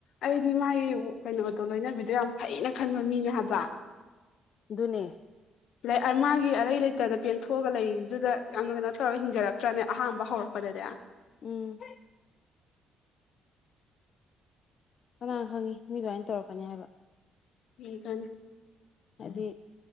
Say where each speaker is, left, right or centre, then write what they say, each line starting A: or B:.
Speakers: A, on the left (about 75°); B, on the left (about 55°).
A: ꯑꯩꯗꯤ ꯃꯥꯒꯤ ꯀꯩꯅꯣꯗꯣ ꯂꯣꯏꯅꯕꯤꯗꯣ ꯌꯥꯝ ꯐꯩꯅ ꯈꯟꯕ ꯃꯤꯅ ꯍꯥꯏꯕ
B: ꯅꯦ
A: ꯂꯩ ꯃꯥꯒꯤ ꯑꯔꯩ ꯂꯩꯇꯗ ꯄꯦꯟꯊꯣꯛꯑꯒ ꯂꯩꯔꯤꯗꯨꯗ ꯌꯥꯝꯅ ꯀꯩꯅꯣ ꯇꯧꯔꯒ ꯍꯤꯡꯖꯔꯛꯇ꯭ꯔꯅꯦ ꯑꯍꯥꯟꯕ ꯍꯧꯔꯛꯄ ꯑꯗꯨꯗ
B: ꯎꯝ ꯀꯅꯥꯅ ꯈꯪꯉꯤ ꯃꯤ ꯑꯗꯨꯃꯥꯏꯅ ꯇꯧꯔꯛꯀꯅꯤ ꯍꯥꯏꯕ
A: ꯎꯝ ꯐꯅꯤ
B: ꯍꯥꯏꯗꯤ